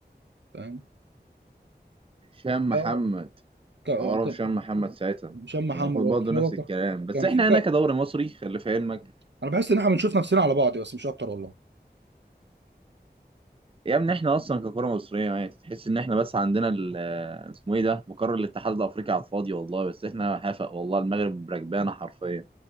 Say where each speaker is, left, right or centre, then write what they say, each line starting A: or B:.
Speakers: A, on the right; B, on the right.
A: فاهم
B: هشام محمد
A: آه، ك- آه،
B: عوره
A: كان
B: هشام محمد ساعتها
A: هشام محمد
B: كان المفروض
A: برضه
B: برضه نفس
A: هو ك-
B: الكلام بس
A: كان
B: احنا
A: في ك...
B: هنا كدوري مصري خلي في علمك
A: انا بحس ان احنا بنشوف نفسنا على بعض بس مش اكتر والله
B: يا ابني احنا اصلا ككره مصريه يعني تحس ان احنا بس عندنا ال- آه، اسمه ايه ده مقر الاتحاد الافريقي على الفاضي والله بس احنا حافق والله المغرب بركبانه حرفيا